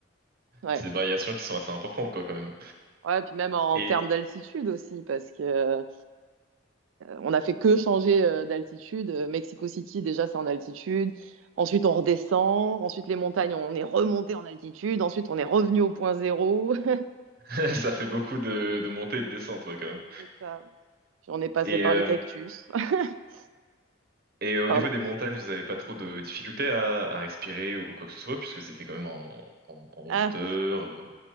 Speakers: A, on the right; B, on the right.
A: Ouais.
B: c'est des variations qui sont assez importantes, quoi, quand même.
A: Ouais, puis même en
B: Et
A: termes d'altitude aussi, parce que euh, on a fait que changer euh, d'altitude. Euh, Mexico City, déjà, c'est en altitude. Ensuite, on redescend. Ensuite, les montagnes, on est remonté en altitude. Ensuite, on est revenu au point zéro. <laughs>
B: <laughs> ça fait beaucoup de, de montées et de descentes, ouais, quand même.
A: C'est ça. Puis on est passé
B: Et,
A: par
B: euh,
A: les cactus. <laughs>
B: et au
A: Pardon.
B: niveau des montagnes, vous avez pas trop de difficultés à, à respirer ou quoi que ce soit, puisque c'était quand même en, en, en
A: Ah,
B: hauteur. euh.